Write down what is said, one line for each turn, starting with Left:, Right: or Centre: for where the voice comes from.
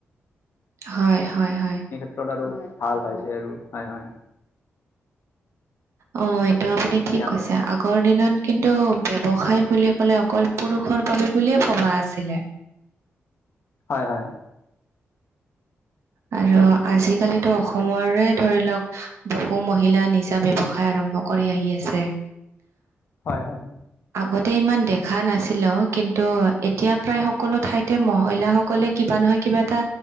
Right: হয়, হয়, হয়।
Left: ক্ষেত্ৰ আৰু ভাল হৈছে আৰু হয়, হয়।
Right: অ, এইটো আপুনি
Left: এতিয়া
Right: ঠিক কৈছে আগৰ দিনত কিন্তু ব্যৱসায় বুলি ক'লে অকল পুৰুষৰ বাবে বুলিয়ে ভবা আছিলে।
Left: হয়, হয়।
Right: আৰু আজিকালিতো অসমৰে ধৰি লওক বহু মহিলা নিজ ব্যৱসায় আৰম্ভ কৰি আহি আছে।
Left: হয়, হয়।
Right: আগতে ইমান দেখা নাছিলো কিন্তু এতিয়া প্ৰায় সকলো ঠাইতে মহিলাসকলে কিবা নহয় কিবা এটা